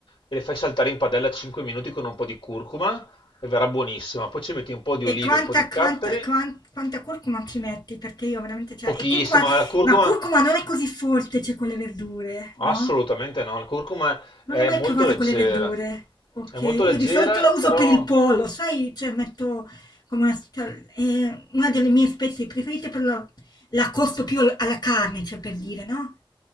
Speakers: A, on the left; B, on the left.
A: e le fai saltare in padella 5 minuti con un po' di curcuma e verrà buonissima. Poi ci metti un po' di olive,
B: E quanta,
A: un po' di capperi,
B: quanta, quan- quanta curcuma ci metti? Perché io veramente, cioè,
A: pochissima,
B: e curcuma,
A: la curcuma
B: ma curcuma non è così forte, cioè, con le verdure, no?
A: assolutamente no, la curcuma
B: Non
A: è
B: l'ho mai
A: molto
B: provata
A: leggera.
B: con le verdure, ok?
A: È molto
B: Io
A: leggera,
B: di solito la uso
A: però.
B: per il pollo, sai? Cioè, metto come una, cioè, è una delle mie spezie preferite, però la, la costo più al- alla carne, cioè, per dire, no?